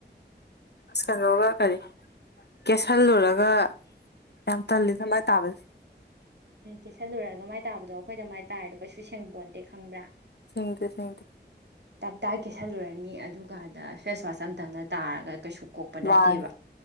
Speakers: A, on the left (about 65°); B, on the right (about 70°).
A: ꯁꯀꯗꯣꯒ ꯈꯔꯦ ꯀꯦꯁꯤꯜꯂꯨꯔꯒ ꯌꯥꯝ ꯇꯜꯂꯤ ꯑꯗꯨꯃꯥꯏꯅ ꯇꯥꯕꯁꯦ
B: ꯀꯦꯤꯁꯜꯂꯨꯔꯒ ꯃꯥꯏ ꯇꯥꯗꯣ ꯑꯩꯈꯣꯏꯗ ꯃꯥꯏ ꯇꯥꯔꯤꯗꯣ ꯀꯩꯁꯨ ꯁꯦꯡꯕꯣꯟꯇꯦ ꯈꯪꯕ꯭ꯔꯥ
A: ꯁꯪꯗ ꯁꯪꯗ
B: ꯇꯞ ꯇꯥꯏ ꯀꯦꯁꯜꯂꯨꯔꯅꯤ ꯑꯗꯨꯀꯥꯟꯗ ꯐꯦꯁꯋꯥꯁ ꯑꯝꯇꯪꯅ ꯇꯥꯔꯒ ꯀꯩꯁꯨ ꯀꯣꯛꯄ ꯅꯠꯇꯦꯕ
A: ꯃꯥꯅꯤ